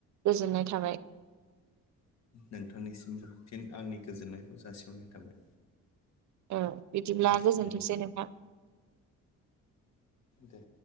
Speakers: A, on the right; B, on the left.
A: गोजोननाय थाबाय
B: नोंथांनिसिमबो फिन आंनि गोजोननायखौ जासिहरनाय थाबाय
A: ओ बिदिब्ला
B: दे
A: गोजोनथोंसै
B: बिदिब्ला
A: नोंथां
B: दे